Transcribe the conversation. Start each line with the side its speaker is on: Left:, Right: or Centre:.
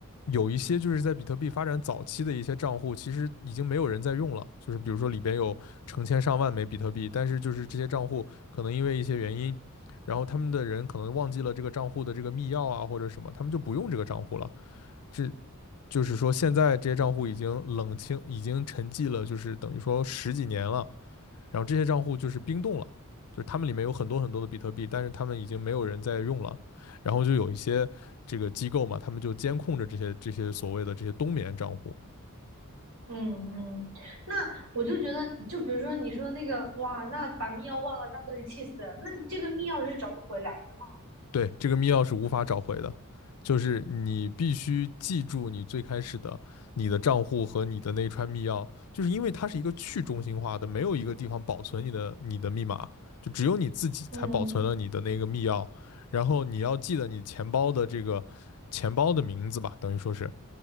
Left: 有一些就是在比特币发展早期的一些账户，其实已经没有人在用了，就是比如说里边有成千上万枚比特币，但是就是这些账户可能因为一些原因，然后他们的人可能忘记了这个账户的这个密钥啊或者什么，他们就不用这个账户了，这。就是说，现在这些账户已经冷清，已经沉寂了，就是等于说十几年了。然后这些账户就是冰冻了，就是他们里面有很多很多的比特币，但是他们已经没有人在用了，然后就有一些这个机构嘛，他们就监控着这些这些所谓的这些冬眠账户，
Right: 嗯嗯，那我就觉得，就比如说你说的那个哇，那把密钥忘了，那不得气死了？那这个密钥是找不回来的吗？
Left: 对，这个密钥是无法找回的，就是你必须记住你最开始的你的账户和你的那一串密钥，就是因为它是一个去中心化的，没有一个地方保存你的你的密码，就只有你自己才保存了你的那个密钥，
Right: 嗯。
Left: 然后你要记得你钱包的这个。钱包的名字吧，等于说是